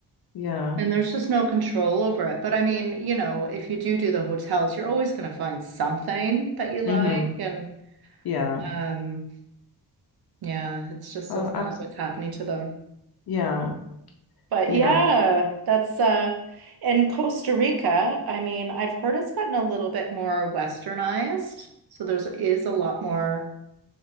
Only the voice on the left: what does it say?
Yeah.
Mm-hmm.
Yeah.
Oh,
abs
yeah.
Yeah.